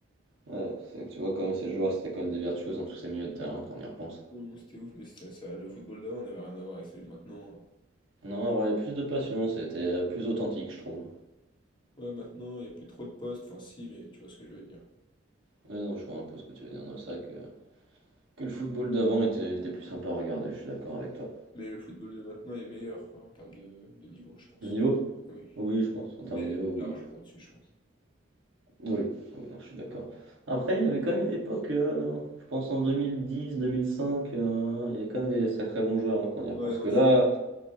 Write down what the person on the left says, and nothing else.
Oh non, c'était ouf, mais c'était ça, le football d'avant n'avait rien à voir avec celui de maintenant. hein.
Ouais, maintenant, il n'y a plus trop de postes. Enfin, si, mais tu vois ce que je veux dire.
Mais le football de maintenant est meilleur quoi, en termes de, de niveau, je pense.
Oui,
mais
largement
au-dessus, je pense.
Ouais,
non,
c'est-